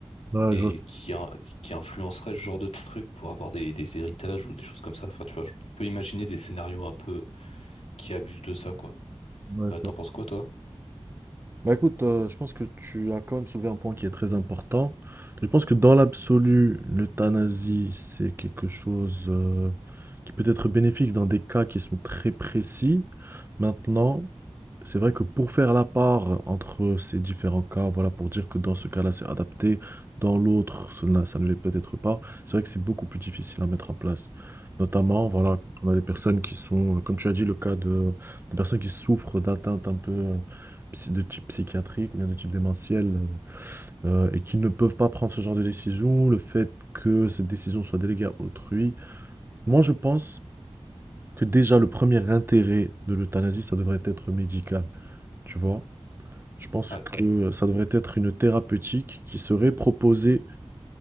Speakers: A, on the right (about 20°); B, on the left (about 75°).
A: Ouais,
B: et
A: je vois-
B: qui, in- qui influencerait ce genre de truc pour avoir des, des héritages ou des choses comme ça. Enfin, tu vois, je peux imaginer des scénarios un peu qui abusent de ça, quoi.
A: ouais,
B: Euh, t'en penses quoi, toi?
A: Bah écoute, heu, je pense que tu as quand même soulevé un point qui est très important. Je pense que dans l'absolu, l'euthanasie, c'est quelque chose, heu, qui peut être bénéfique dans des cas qui sont très précis. Maintenant, c'est vrai que pour faire la part entre ces différents cas, voilà, pour dire que dans ce cas-là, c'est adapté, dans l'autre, cela ça ne l'est peut-être pas, c'est vrai que c'est beaucoup plus difficile à mettre en place. Notamment, voilà, quand on a des personnes qui sont, heu, comme tu as dit, le cas de de personnes qui souffrent d'atteintes un peu, psy- de type psychiatrique ou bien de type démentiel euh, euh, et qui ne peuvent pas prendre ce genre de décision, le fait que cette décision soit déléguée à autrui. Moi, je pense que déjà le premier intérêt de l'euthanasie, ça devrait être médical, tu vois. Je pense
B: Ouais,
A: Oui, que ça devrait être une thérapeutique qui serait proposée